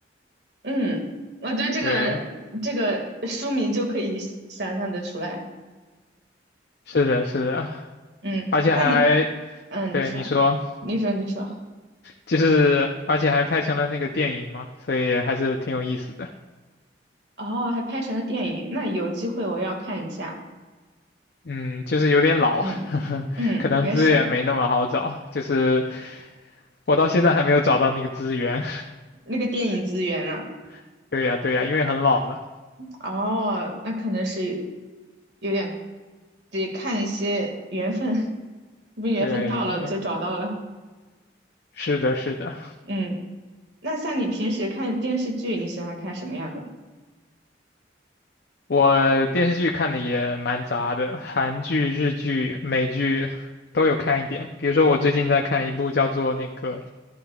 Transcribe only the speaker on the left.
对，是的，是的，
而且还，
对，
你说，
就是而且还拍成了那个电影嘛，所以还是挺有意思的。
嗯，就是有点老，
<laughs> 可能资源没那么好找，
就是我到现在还没有找到那个资源。
<laughs> 对呀，对呀，因为很老了。
对对，是的，是的。
我电视剧看的也蛮杂的，韩剧、日剧、美剧都有看一点。比如说，我最近在看一部叫做那个